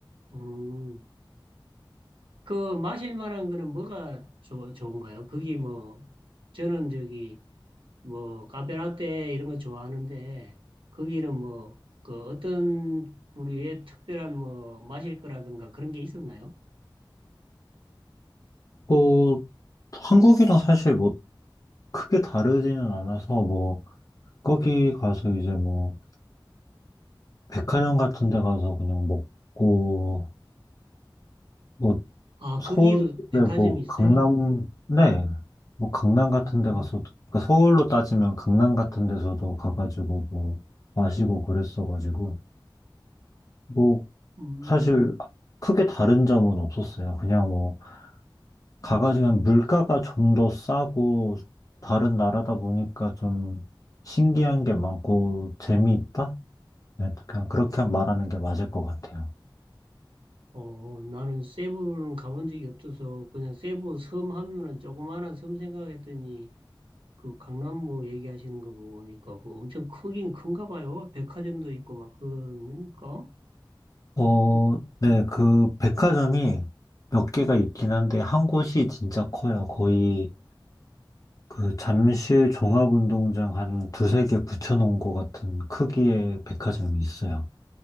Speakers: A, on the right; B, on the left.
A: 음, 그 마실 만한 거는 뭐가 좋, 좋은가요? 거기 뭐 저는 저기 뭐 카페라떼 이런 거 좋아하는데 거기는 뭐 그 어떤 부류의 특별한 뭐 마실 거라든가 그런 게 있었나요?
B: 뭐, 한국이랑 사실 뭐, 크게 다르지는 않아서 뭐, 거기 가서 이제 뭐, 백화점 같은 데 가서 그냥 먹고, 뭐,
A: 아,
B: 서울에
A: 거기도 백화점이
B: 뭐,
A: 있어요?
B: 강남, 네. 뭐, 강남 같은
A: 음,
B: 데 가서, 그러니까 서울로 따지면 강남 같은 데서도 가가지고 뭐, 마시고 그랬어가지고. 뭐
A: 음.
B: 사실 크게 다른 점은 없었어요. 그냥 뭐 가가지고 그냥 물가가 좀 더 싸고 다른 나라다 보니까 좀 신기한 게 많고 재미있다? 네, 그냥 그렇게 말하는 게 맞을 것 같아요.
A: 어, 나는 세부는 가본 적이 없어서 그냥 세부 섬 하면은 조그마한 섬 생각했더니 그 강남구 얘기하시는 거 보니까 그 엄청 크긴 큰가 봐요. 백화점도 있고 막 그러니까.
B: 어,
A: 어,
B: 네, 그 백화점이 몇 개가 있긴 한데 한 곳이 진짜 커요. 거의 그 잠실 종합운동장 한 두세 개 붙여놓은 것 같은 크기의 백화점이 있어요.